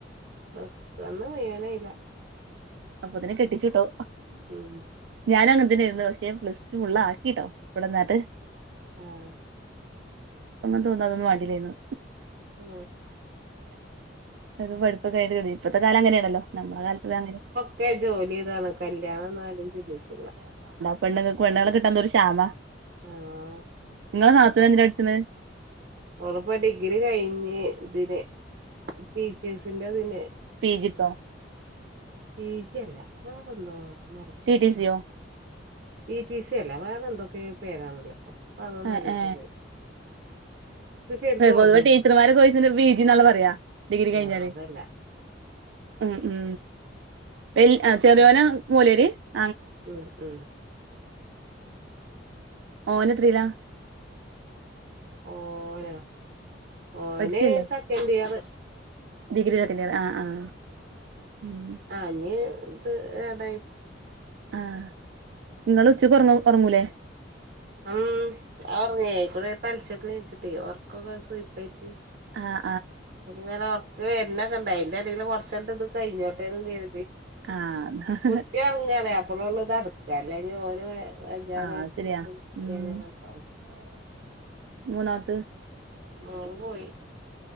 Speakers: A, on the right; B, on the right.
A: പെട്ടന്ന് പറയാൻ കഴിയില്ല
B: അപ്പൊ ഇതിനെ കെട്ടിച്ചുട്ടോ
A: ഉം
B: ഞാനാണ് ഇതിനരുന്ന് പക്ഷേ പ്ലസ് ടു ഉള്ള ആക്കിട്ടോ ഇവിടെന്നാട്ട്
A: ഉം
B: ഒന്ന തോന്നാതൊന്നും വാണ്ടിലായിന്ന്
A: ഉ
B: അത് പഠിപ്പൊക്കെ ആട്ട് കിട ഇപ്പഴത്തെ കാലം അങ്ങനെയാണല്ലോ നമ്മള കാലത്ത് അങ്ങനെ
A: ഒക്കെ ജോലി ഇതാണ് കല്യാണം എന്നാലും ചിതിച്ചുള്ള
B: പെണ്ണു പെണ്ണകൊ കിട്ടാ എന്ത ഒരു ക്ഷാമ
A: ആഹ്
B: നിങ്ങളെ നാത്തൂന എന്തിനാ പഠിക്കുന്നെ
A: ഉറപ്പ ഡിഗ്രി കഴിഞ്ഞ് ഇതിന് ടീച്ചേഴ്സിന്റെ അതിന്-
B: പിജി ക്കോ
A: പി ജി അല്ല വേറെന്തുവാ മലപ്പുറത്ത്
B: ടി ടി സിയോ
A: ഇ ടി സി അല്ല വേറെ എന്തൊക്കെ പേരാണല്ലോ ഇപ്പൊ അതൊന്നല്ലേ
B: ഏഹ്
A: പറയും ഇത് ശരിക്കും
B: പൊതുവെ
A: ഓർമ്മല്ല
B: ടീച്ചർമ്മാരുടെകോഴ്സിനു പിജിന്നാ പറയാ ഡിഗ്രി കഴിഞ്ഞാല്
A: ആഹ് അതല്ല
B: ഉ ഉ എ ചെറിയോന മൂലര് <unintelligible>
A: ഉം ഉം
B: ഓൻ എത്രയില
A: ഓൻ ഓ ഓനെ
B: പഠിച്ചല്ലേ
A: second year
B: degree second year ആഹ് ആഹ് ഉം
A: ആഞ് ഇത് ഏട
B: ആ നിങ്ങ ഉച്ചക്ക് ഉറങ്ങൂലേ
A: ഉം ഞ്ഞേക്കൂടെ പലശൊക്കെ നീച്ചിട്ടേ ഉറക്കൊക്കെ സപ്പായിട്ട്
B: ആഹ്
A: അങ്ങനെ ഉർക്ക് വരുന്നൊക്കെ ഇണ്ട അയിന്റെ ഇടയിൽ കൊറച്ചണ്ട് ഇത് കഴിഞ്ഞോട്ടേും കരുതി
B: ആഹ് ആഹ്
A: കുട്ടി ഇറങ്ങാന്ന് അപ്പഴള്ളത് അടക്ക അല്ലെ ഓന് വജാന
B: ആഹ് അത് ശരിയാ
A: അങ്ങനെ
B: ഉം
A: ഉണ്ടാവും
B: മൂന്നാത്ത്
A: ആ പോയി